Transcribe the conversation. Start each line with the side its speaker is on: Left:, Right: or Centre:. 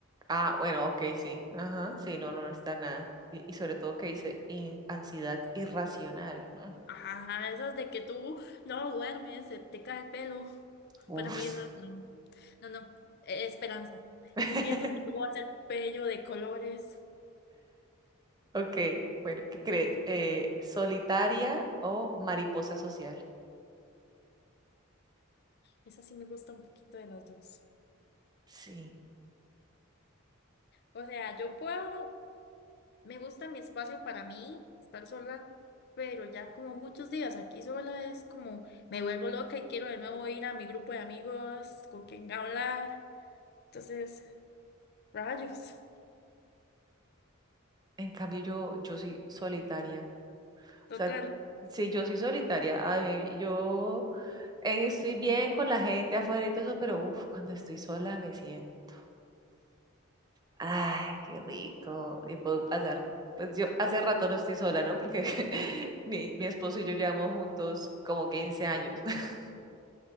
Right: Ah, bueno, ok, sí. Ajá, sí, no, no está nada. Y, y sobre todo que dice in- ansiedad irracional. Mm,
Left: Ajá, esas de que tú no duermes, se te cae el pelo.
Right: Uf.
Left: Para mí eso, no, no, no, eh, esperanza.
Right: <laughs>
Left: Que pienso que tú vas a ser bello de colores.
Right: Ok, bueno, ¿qué crees? Eh, ¿solitaria o mariposa social?
Left: Esa sí me gusta un poquito de las dos.
Right: Sí,
Left: O sea, yo puedo, me gusta mi espacio para mí, estar sola, pero ya como muchos días aquí sola es como me vuelvo loca y quiero de nuevo ir a mi grupo de amigos con quien hablar. Entonces, rayos,
Right: en cambio yo, yo soy solitaria.
Left: total.
Right: O sea, sí, yo soy solitaria. A mí, yo eh, estoy bien con la gente afuera y todo eso, pero uf, cuando estoy sola me siento Ay, qué rico. Y puedo pasar, pues yo hace rato no estoy sola, ¿no? Porque <laughs> mi, mi esposo y yo llevamos juntos como 15 años. <laughs>